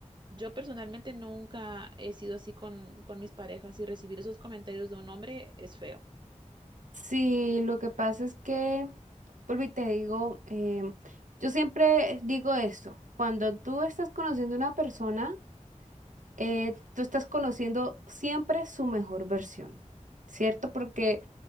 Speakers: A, on the right (about 35°); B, on the right (about 75°).
A: yo personalmente nunca he sido así con, con mis parejas y recibir esos comentarios de un hombre es feo.
B: Sí, lo que pasa es que, vuelvo y te digo, em, yo siempre digo esto, cuando tú estás conociendo a una persona, eh, tú estás conociendo siempre su mejor versión, ¿cierto? Porque